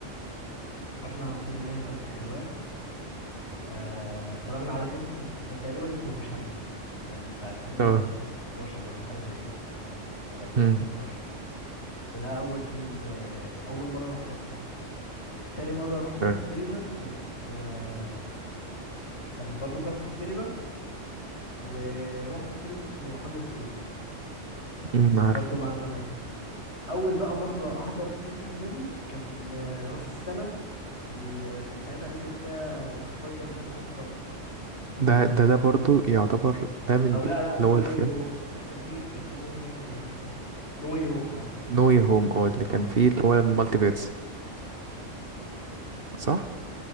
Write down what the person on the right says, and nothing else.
اه
مم.
اه
مم،
عارف
ده ده ده برضو يعتبر ده من
اللي
هو الفيلم
نو يير هوم اه اللي
كان فيه اللي هو المالتي فيرس صح؟